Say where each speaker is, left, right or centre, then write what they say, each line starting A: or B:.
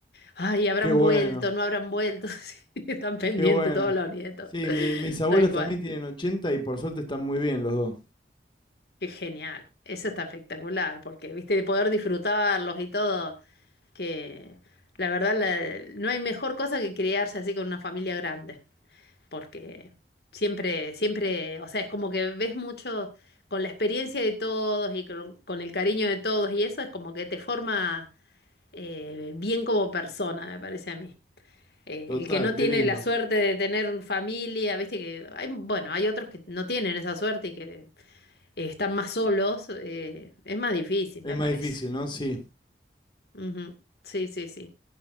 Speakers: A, on the left; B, on the left.
A: ay, habrán
B: Qué bueno,
A: vuelto, no habrán vuelto, <laughs> Sí, están pendientes
B: qué bueno.
A: todos los nietos,
B: Sí, mi-
A: <laughs>
B: mis abuelos
A: tal cual.
B: también tienen 80 y por suerte están muy bien los dos.
A: Qué genial, eso está espectacular, porque viste, de poder disfrutarlos y todo, que la verdad la- no hay mejor cosa que criarse así con una familia grande, porque siempre, siempre, o sea, es como que ves mucho con la experiencia de todos y con, con el cariño de todos y eso es como que te forma eh, bien como persona, me parece a mí. Eh,
B: Total,
A: el que no
B: qué
A: tiene
B: lindo.
A: la suerte de tener familia, viste que hay, bueno, hay otros que no tienen esa suerte y que eh, están más solos, eh, es más difícil,
B: Es
A: me
B: más
A: parece.
B: difícil, ¿no? Sí.
A: Ujú. Sí, sí, sí.